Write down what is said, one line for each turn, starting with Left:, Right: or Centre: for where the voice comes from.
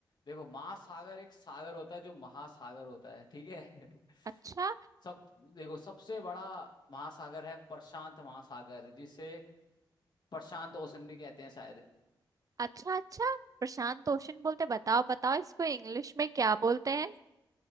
Left: देखो महासागर एक सागर होता है जो महासागर होता है ठीक है <laughs>
Right: अच्छा
Left: सब देखो सबसे बड़ा महासागर है प्रशांत महासागर जिसे प्रशांत ओशन भी कहते हैं शायद
Right: अच्छा अच्छा प्रशांत ओशन बोलते बताओ बताओ इसको इंग्लिश में क्या बोलते हैं